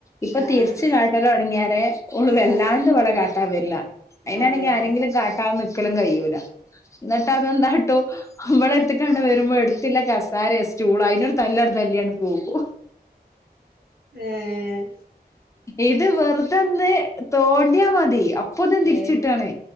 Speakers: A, on the left (about 20°); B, on the right (about 60°).
A: ഇപ്പൊ
B: ആഹ്
A: തിരിച്ചു കാട്ടലൊട്ങ്യേരെ ഓള് വല്ലാണ്ട്
B: ആഹ് ആഹ്
A: വളെ കാ വര്ല അയിനാണെങ്കി
B: ഏഹ്
A: ആരെങ്കിലും കാട്ടാത നിൽക്കലും കഴിയൂല എന്നട്ട് അതെന്താട്ടും ഇവളെട്ത്ത്ക്കാണ്ട് വരുമ്പോ എടുത്തില്ല കസാരേ സ്റ്റൂളോ അയ്നൊരു തല്ലട് തല്ലിയാണ്ട് പോകും
B: ഏഹ്
A: ഇത് വെറുതെന്ന് തോണ്ടിയാ മതി അപ്പൊന്നും തിരിച്ചിട്ടാണ്
B: ഏഹ്